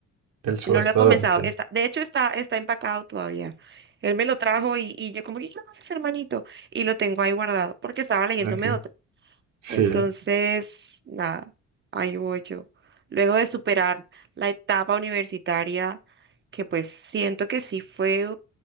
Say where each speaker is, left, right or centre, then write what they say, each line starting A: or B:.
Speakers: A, on the right; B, on the right.
A: El subastador,
B: No lo he comenzado.
A: ok.
B: Está, de hecho, está, está empacado todavía. Él me lo trajo y, y yo como, ¿qué haces, hermanito? Y lo tengo ahí guardado porque estaba leyéndome
A: ok.
B: otro.
A: Sí,
B: Entonces, nada, ahí voy yo. Luego de superar la etapa universitaria, que pues siento que sí fue